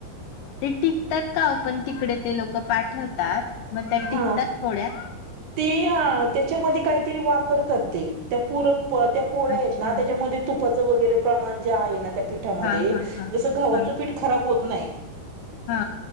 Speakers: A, on the left (about 80°); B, on the right (about 70°).
A: ते टिकतात का पण तिकडे ते लोक पाठवतात मग त्या टिकतात
B: हा
A: पोड्या
B: ते त्याच्यामध्ये काहीतरी वापरतात ते त्या पुरमप त्या पोळ्या
A: अच्छा
B: आहेत ना त्याच्यामध्ये तुपाचं वगैरे प्रमाण जे आहे ना त्या पीठामध्ये
A: हा हा हा
B: जसं घवाचं
A: हा
B: पीठ खराब होत नाही.
A: हा.